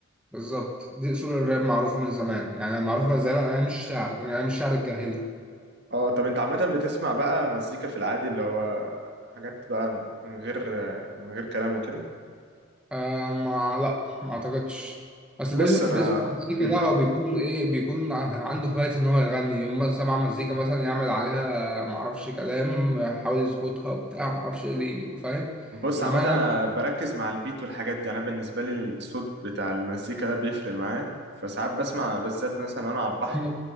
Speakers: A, in the centre; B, on the right.
A: بالظبط دي أصول الراب معروفة من زمان يعني معروفة من زمان أيام الشعر من أيام الشعر الجاهلي
B: اه طب انت عامة بتسمع بقى مزيكا في العادي اللي هو حاجات بقى من غير من غير كلام وكده
A: آه ما لا ما اعتقدش اصل
B: بص
A: بي-
B: انا
A: بيسمع مزيكا
B: مم.
A: ده هو بيكون ايه بيكون عنده هواية ان هو يغني يوم ما سمع مزيكا مثلا يعمل عليها ما اعرفش كلام يحاول يظبطها بتاع ما اعرفش ايه اللي فاهم
B: بص
A: انما
B: عامة انا بركز مع البيت والحاجات دي انا بالنسبة لي الصوت بتاع المزيكا ده بيفرق معايا فساعات بسمع بالذات مثلا وانا على البحر
A: انا